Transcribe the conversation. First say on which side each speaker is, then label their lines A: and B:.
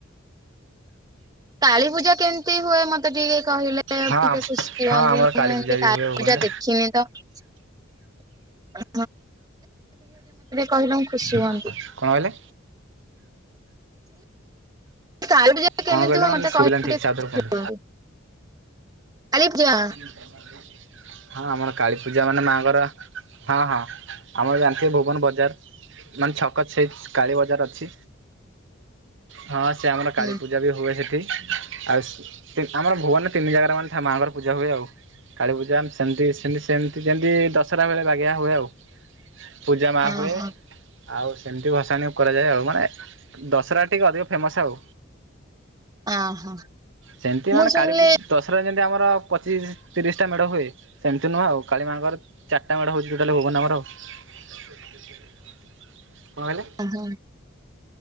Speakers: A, on the right; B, on the right.
A: କାଳୀ ପୂଜା କେମିତି ହୁଏ ମତେ ଟିକେ କହିଲେ। ଲେ
B: ହଁ
A: ମୁଁ ଟିକେ ଖୁସି
B: ହଁ
A: ହୁଅନ୍ତି।
B: ଆମର କାଳୀ
A: ମୁଁ ଏମିତି
B: ପୂଜା ବି
A: କାଳୀ
B: ହୁଏ ଭୁବନରେ
A: ପୂଜା ଦେଖିନି ତ। ଆଛା ଆ କହିଲେ ମୁଁ
B: କଣ
A: ଖୁସି ହୁଅନ୍ତି।
B: କହିଲେ?
A: କାଳୀପୂଜା କେମିତି
B: କଣ କହିଲେ
A: ହୁଏ।
B: ମାନେ
A: ମତେ
B: ଶୁଭିଲାନି
A: କହିଲେ
B: ଠିକ୍
A: ଟିକେ
B: ସେ
A: ଖୁସି
B: ଆଉଥରେ କୁହନ୍ତୁ।
A: ହୁଅନ୍ତି। କାଳୀ ପୂଜା।
B: ତମ <unintelligible> ହଁ ଆମର କାଳୀପୂଜା ମାନେ ମାଙ୍କର ହଁ ହଁ ଆମର ଜାଣିଥିବେ ଭୁବନ ବଜାର। ମାନେ ଛକ ଛେଇ କାଳୀ ବଜାର ଅଛି। ହଁ ସେ ଆମର କାଳୀ
A: ହୁଁ
B: ପୂଜା ପୂଜା ବି ହୁଏ ସେଠି। ଆଉ ଆମର ଭୁବନରେ ତିନି ଜାଗାରେ ମାନେ ଥା ମାଆଙ୍କର ପୂଜା ହୁଏ ଆଉ। କାଳୀପୂଜା ଆମେ ସେମିତି ସେମିତି ଯେମିତି ଦଶହରା ବେଳେ ବାଗିଆ ହୁଏ ଆଉ। ପୂଜା ମା
A: ଓହୋ
B: ହୁଏ। ଆଉ ସେମିତି ଭସାଣକୁ କରାଯାଏ ଆଉ। ମାନେ ଦଶରା ଟିକେ ଅଧିକ ଫେମସ୍ ଆଉ।
A: ଓହୋ
B: ସେମିତି
A: ମୁଁ
B: ମାନେ
A: ଶୁଣିଲି
B: କାଳୀପୂଜ ଦଶରାରେ ଯେମିତି ଆମର ପଚିଶ ତିରିଶଟା ମେଡ଼ ହୁଏ। ସେମିତି ନୁହଁ ଆଉ। କାଳିମାଙ୍କର ଚାରିଟା ମେଢ ହଉଛି ଟୋଟାଲ ଭୁବନରେ ଆମର। କଣ କହିଲେ?
A: ଆମନ